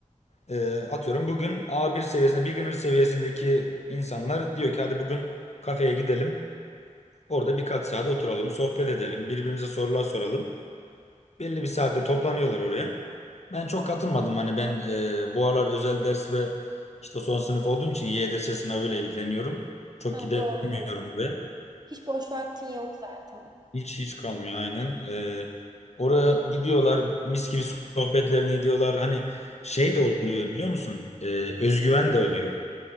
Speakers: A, on the left; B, on the right.
A: Ee, atıyorum bugün A1 seviyesinde, beginner seviyesindeki insanlar diyor ki hadi bugün kafeye gidelim. Orada birkaç saat oturalım, sohbet edelim, birbirimize sorular soralım. Belli bir saatte toplanıyorlar oraya. Ben çok katılmadım. Hani ben e, bu aralar özel ders ve işte son sınıf olduğum için YDS sınavıyla ilgileniyorum. Çok
B: Ha,
A: gidemiyorum
B: doğru.
A: buraya.
B: Hiç boş vaktin yok zaten.
A: Hiç hiç kalmıyor aynen. Ee, oraya gidiyorlar, mis gibi sohbetlerini ediyorlar. Hani şey de oluyor biliyor musun? Ee, özgüven de oluyor.